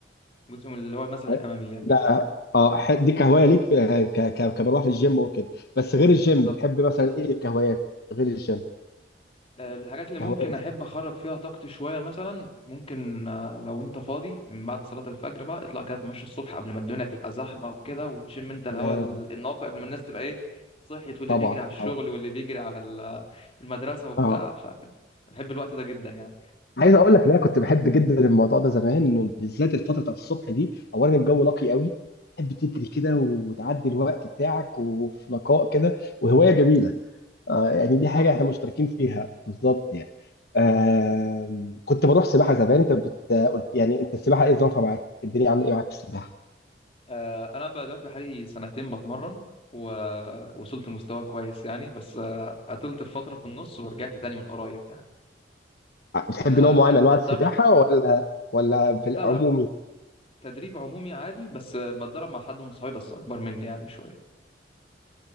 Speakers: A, on the left (about 30°); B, on the left (about 60°).
A: جزء من اللي هو مثلا
B: طيب.
A: الاماميات
B: ده اه ح- دي كهوايه ليك في- ك ك كبروح للجيم وكده بس غير الجيم
A: بس.
B: بتحب مثلا ايه الكهوايات غير الجيم
A: آه، الحاجات اللي
B: كهوايه
A: ممكن احب اخرج فيها طاقتي شويه مثلا ممكن آه، لو انت فاضي من بعد صلاه الفجر بقى اطلع كده اتمشى الصبح قبل ما الدنيا تبقى زحمه وكده وتشم انت الهواء
B: كلام
A: ال- النقي قبل ما الناس تبقى ايه صحيت واللي
B: طبعا
A: بيجري على الشغل
B: طبعا
A: واللي بيجري على ال- المدرسه وبتاع
B: اه
A: فبحب الوقت ده جدا يعني
B: عايز اقول لك لا كنت بحب جدا الموضوع ده زمان بالذات الفتره بتاعت الصبح دي اولا الجو نقي قوي تحب تجري كده وتعدي الوقت بتاعك وفي نقاء كده وهوايه جميله آه يعني
A: بالظبط
B: دي حاجه احنا مشتركين فيها بالظبط يعني آه كنت بروح سباحه زمان انت بت... قلت- يعني انت السباحه ايه ظروفها معاك الدنيا عامله ايه معاك في السباحه
A: آه، انا بقى دلوقتي بقالي سنتين بتمرن ووصلت لمستوى كويس يعني بس آه، عطلت في فتره في النص ورجعت تاني من قريب يعني
B: بتحب
A: آه،
B: نوع معين
A: كنت
B: من انواع
A: بتدرب
B: السباحه ولا ولا في العمومي
A: لا لا تدريب عمومي عادي بس بتدرب مع حد من صحابي بس اكبر مني يعني بشويه